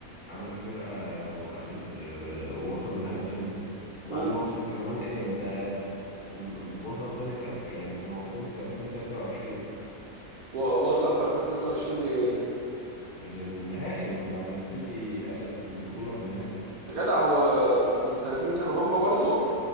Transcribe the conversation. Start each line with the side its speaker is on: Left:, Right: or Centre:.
Left: عامل فرقه واخد آه، ووصل نهائي تشامبيونز وبعدين
Right: و...
Left: وصل كمان ايه ده م- وصل تاني في الف يعني كانوا واصلين في 2023
Right: ووصل في 2023 لإيه؟
Left: للنهائي لما السيتي اخدت البطوله في النهائي
Right: يا جدع هو من سنتين كانوا هم برضو